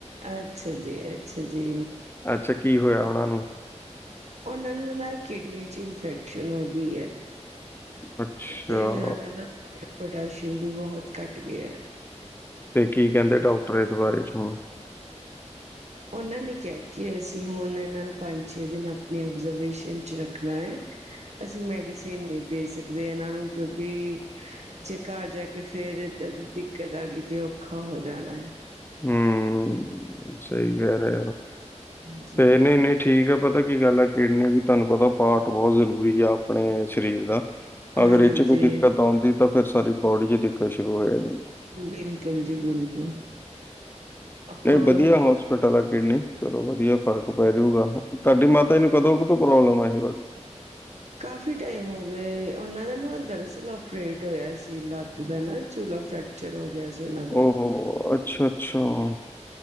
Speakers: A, on the right; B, on the left.
A: ਅੱਛਾ ਜੀ- ਅੱਛਾ ਜੀ
B: ਅੱਛਾ ਕੀ ਹੋਇਆ ਉਹਨਾਂ ਨੂੰ?
A: ਉਹਨਾਂ ਨੂੰ ਨਾ ਕਿਡਨੀ 'ਚ ਇਨਫੈਕਸ਼ਨ ਹੋ ਗਈ ਹੈ।
B: ਅੱਛਾ
A: ਤੇ ਇਹਨਾਂ ਦਾ ਪੋਟਾਸ਼ੀਅਮ ਵੀ ਬਹੁਤ ਘੱਟ ਗਿਆ।
B: ਫਿਰ ਕੀ ਕਹਿੰਦੇ ਡਾਕਟਰ ਇਸ ਬਾਰੇ ਚ ਹੁਣ?
A: ਉਹਨਾਂ ਨੇ ਕਿਹਾ ਕਿ ਅਸੀਂ ਹੁਣ ਇਹਨਾਂ ਨੂੰ ਪੰਜ ਛੇ ਦਿਨ ਆਪਣੀ ਓਬਜ਼ਰਵੇਸ਼ਨ ਚ ਰੱਖਣਾ ਹੈ।
B: ਹ
A: ਅਸੀਂ ਮੈਡੀਸਿਨ ਨਹੀਂ ਦੇ ਸਕਦੇ ਇਹਨਾਂ ਨੂੰ ਕਿਉਂਕਿ। ਜੇ ਘਰ ਜਾ ਕੇ ਫੇਰ ਏਦਾਂ ਦੀ ਦਿੱਕਤ ਆ ਗਈ ਤੇ ਔਖਾ ਹੋ ਜਾਣਾ ਹੈ।
B: ਹਮ ਸਹੀ ਕਹਿ ਰਹੇ ਹੋ
A: ਹਾਂਜੀ।
B: ਤੇ ਇਹਨੇ ਨਹੀਂ। ਠੀਕ ਹੈ ਪਤਾ ਕੀ ਗੱਲ ਆ ਕਿਡਨੀ ਵੀ ਤੁਹਾਨੂੰ ਪਤਾ ਪਾਾਰਟ ਬਹੁਤ ਜ਼ਰੂਰੀ ਆ ਆਪਣੇ ਸਰੀਰ ਦਾ ਅਗਰ
A: ਹਾਂਜੀ
B: ਇਹਦੇ ਵਿੱਚ ਕੋਈ ਦਿੱਕਤ ਆਉਂਦੀ ਤਾਂ ਫਿਰ ਸਾਰੀ ਬੋਡੀ ਚ ਦਿੱਕਤ ਸ਼ੁਰੂ ਹੋ ਜਾਣੀ।
A: ਬਿਲਕੁਲ ਜੀ ਬਿਲਕੁਲ। ਹੋਰ
B: ਇਹ ਵਧੀਆ ਹੋਸਪਿਟਲ ਆ ਕਿਡਨੀ ਚਲੋ ਵਧੀਆ ਫ਼ਰਕ ਪੈ ਜਊਗਾ। ਤੁਹਾਡੀ ਮਾਤਾ ਜੀ ਨੂੰ ਕਦੋਂ ਕਦੋਂ ਪ੍ਰੋਬਲਮ ਇਹ ਵਾਲੀ।
A: ਕਾਫੀ ਟਾਈਮ ਹੋ ਗਏ ਉਹਨਾਂ ਦਾ ਨਾ ਦਰਅਸਲ ਓਪਰੇਟ ਹੋਇਆ ਸੀ। ਲੱਤ ਦਾ ਨਾ ਚੂਲਾ ਫੈਕ ਜਿਹੜਾ ਹੋ ਗਿਆ ਸੀ ਉਹਨਾਂ ਦਾ
B: ਓ ਹੋ! ਅੱਛਾ-ਅੱਛਾ।